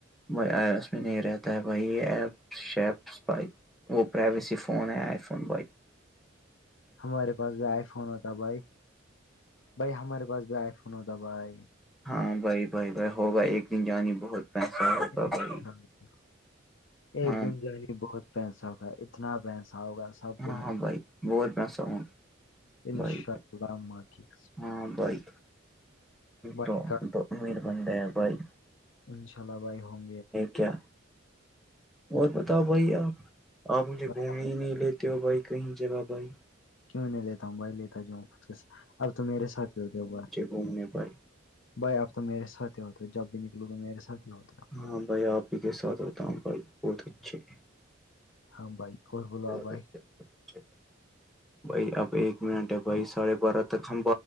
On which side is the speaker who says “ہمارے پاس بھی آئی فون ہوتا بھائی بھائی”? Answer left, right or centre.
Left